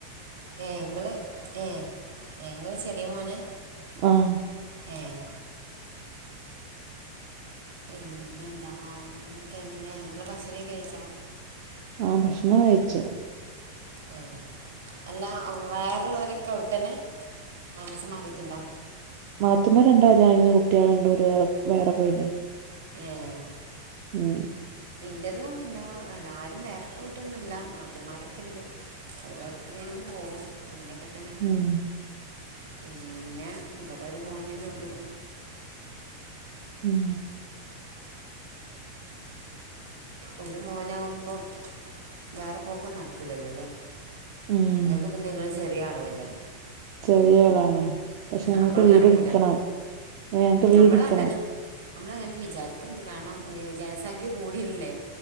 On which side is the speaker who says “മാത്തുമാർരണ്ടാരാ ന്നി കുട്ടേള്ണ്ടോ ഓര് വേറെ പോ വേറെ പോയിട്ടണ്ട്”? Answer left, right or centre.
Right